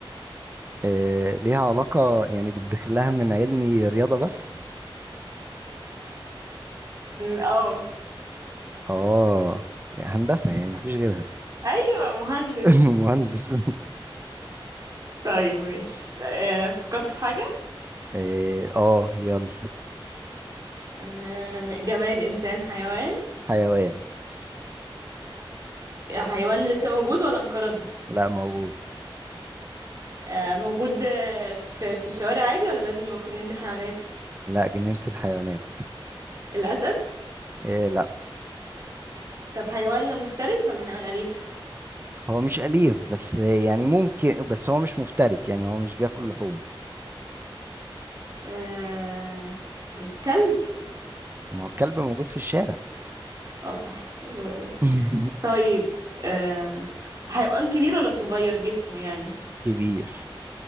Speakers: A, on the right; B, on the right.
A: آه، ليها علاقة يعني بتدخل لها من علمي رياضة بس
B: اه
A: اه يعني هندسة يعني مفيش غيرها
B: ايوه مهندس
A: <laughs> مهندس
B: طيب ماشي س- آه، فكرت في حاجة
A: إيه، اه يلا
B: آه، جماد إنسان حيوان
A: حيوان
B: آه، حيوان لسه موجود ولا انقرض
A: لا موجود
B: آه، موجود آه، في في الشوارع عادي ولا لازم يبقى في جنينة الحيوانات
A: لا جنينة الحيوانات
B: الأسد
A: إيه لا
B: طب حيوان مفترس ولا حيوان أليف
A: هو مش أليف بس يعني ممكن بس هو مش مفترس يعني هو مش بياكل لحوم
B: آه، مش كلب
A: ما هو الكلب موجود في الشارع
B: اه صح إيه الغباء ده
A: <laughs>
B: طيب آه، حيوان كبير ولا صغير جسمه يعني
A: كبير